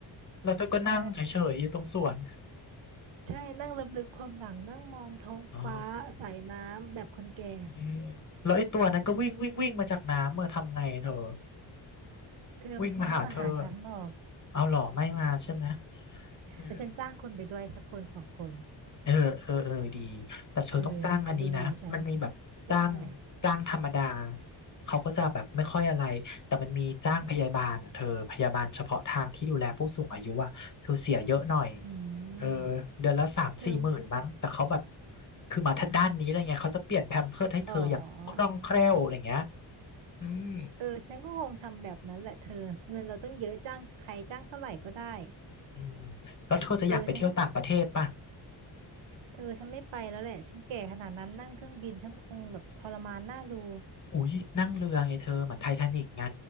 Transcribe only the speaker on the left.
แล้วเธอก็นั่งเฉยๆอยู่ตรงสวน
อ๋อเออแล้วไอ้ตัวนั้นก็วิ่งวิ่งวิ่งมาจากน้ำเมื่ออทำไงเธอ
วิ่งมาหาเธอเอาหรอไม่มาใช่ไหมอืม
เออเออ เออ ดี แต่เธอต้องจ้างอันนี้นะ
มันมีแบบจ้าง
จ้างธรรมดาเขาก็จะแบบไม่ค่อยอะไร แต่มันมีจ้างพยาบาลอ่ะเธอพยาบาลเฉพาะทางที่ดูแลผู้สูงอายุอ่ะเธอเสียเยอะหน่อย
เออเดือนละสามสี่หมื่นมั้ง
แต่เขาแบบคือมาทางด้านนี้เลยไงเขาจะเปลี่ยนแพมเพิร์สให้เธออย่างคล่องแคล่วอะไรเงี้ย
อืม
อืมแล้วเธอจะอยากไปเที่ยวต่างประเทศป่ะ
อุ๊ยนั่งเรือไงเธอเหมือนไททานิกไง